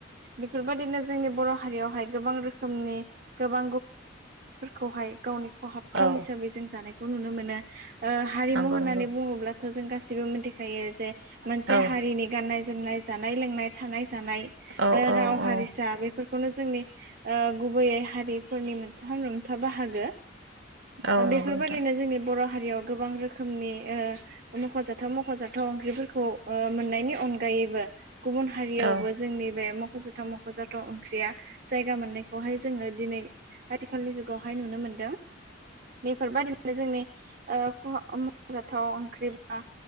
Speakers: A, on the right; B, on the right.
A: बेफोरबायदिनो जोंनि बर' हारियावहाय गोबां रोखोमनि गोबा खहाबथाव
B: औ
A: हिसाबै जों जानायखौ नुनो मोनो ओ हारिमु
B: नंगौ
A: होननानै
B: नंगौ
A: बुङोब्ला थ' जों गासिबो मिथिखायो जे मोनसे
B: औ
A: हारिनि गाननाय जोमनाय, जानाय लोंनाय, थानाय जानाय
B: औ औ
A: राव
B: औ
A: हारिसा बेफोरखौनो जोंनि ओ गुबैयै हारिफोरनि <unintelligible> बाहागो
B: औ नंगौ
A: बेफोरबादिनो
B: नोंथां
A: जोंनि बर' हारियाव गोबां रोखोमनि ओ मख'जा थाव मख'जाथाव ओंख्रिफोरखौ ओ मोननायनि अनगायैबो गुबुन हारियावबो
B: औ
A: जोंनि बे मख'जाथाव मख'जाथाव ओंख्रिया जायगा मोननायखौहाय जोङो दिनै आथिखालनि जुगावहाय नुनो मोनदों। बेफोरबादिनो जोंनि ओ <inaudible> ओंख्रि बा